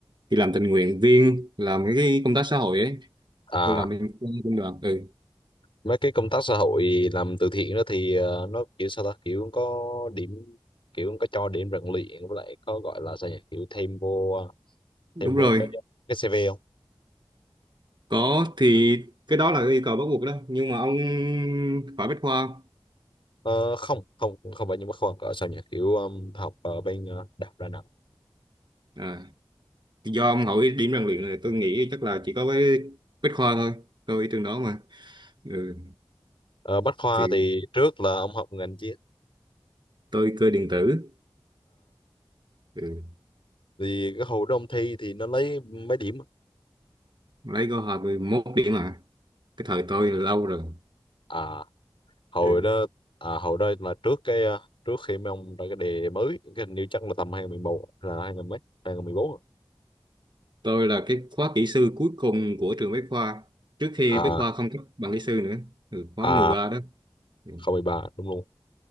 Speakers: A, on the right; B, on the left.
A: đi làm tình nguyện viên làm cái công tác xã hội ấy
B: à
A: tôi làm bên quân quân đoàn ừ
B: mấy cái công tác xã hội làm từ thiện đó thì ờ, nó kiểu sao ta kiểu có điểm kiểu có cho điểm rèn luyện với lại có gọi là sao nhỉ kiểu thêm vô ờ,
A: đúng
B: thêm vô
A: rồi
B: cái cái CV không
A: có thì cái đó là cái yêu cầu bắt buộc đó nhưng mà ông phải bách khoa
B: Ờ, không không không phải nhưng mà khoa gọi sao nhỉ kiểu um, học ở bên ờ, đại học Đà Nẵng
A: à, do ông hỏi điểm rèn luyện này tôi nghĩ chắc là chỉ có với bách khoa thôi tôi trường đó mà ừ.
B: Ờ, Bách khoa
A: thì
B: thì trước là ông học ngành triết
A: tôi cơ điện tử ừ.
B: thì cái hồi đó ông thi thì nó lấy mấy điểm
A: lấy có 21 điểm mà cái thời tôi là lâu rồi
B: à hồi
A: ừ.
B: đó à hồi đó là trước cái à, trước khi mấy ông ra cái đề mới cái hình như chắc là tầm 2011 là hai nghìn mấy hai nghìn mười bốn
A: Tôi là cái khóa kỹ sư cuối cùng của trường Bách Khoa trước khi
B: à
A: Bách Khoa không cấp bằng kỹ sư nữa ừ, khóa
B: à
A: 13 đó ừ.
B: không mười ba đúng luôn